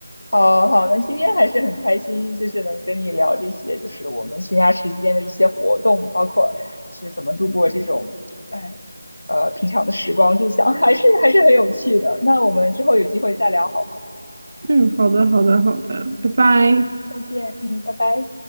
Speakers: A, on the left; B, on the right.
A: 好好，那今天还是很开心，就是能跟你聊这些，就是我们闲暇时间的一些活动，包括是怎么度过这种，哎，呃，平常的时光，这项还是还是很有趣的。那我们之后有机会再聊好吗？
B: 嗯，好的，好的，好的，拜拜。
A: 嗯，再见，嗯，拜拜。